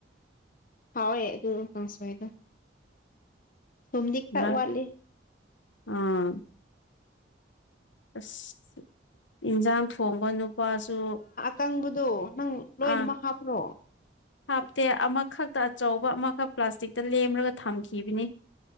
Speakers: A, on the left; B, on the left.
A: ꯍꯥꯎꯦ ꯑꯗꯨ ꯀꯡꯁꯣꯏꯗ ꯊꯨꯝꯗꯤ ꯈꯔꯥ
B: ꯉꯥ
A: ꯋꯥꯠꯂꯤ
B: ꯑꯥ ꯑꯁ ꯏꯟꯖꯥꯡ ꯊꯣꯡꯕ ꯅꯨꯄꯥꯁꯨ
A: ꯀꯪꯕꯗꯣ ꯅꯪ ꯂꯣꯏꯅꯃꯛ
B: ꯑꯥ
A: ꯍꯥꯞꯄ꯭ꯔꯣ
B: ꯍꯥꯞꯇꯦ ꯑꯃꯥꯈꯛꯀ ꯑꯆꯧꯕ ꯑꯃꯥꯈꯛ ꯄ꯭ꯂꯥꯁꯇꯤꯛꯇ ꯂꯦꯝꯂꯒ ꯊꯝꯈꯤꯕꯅꯤ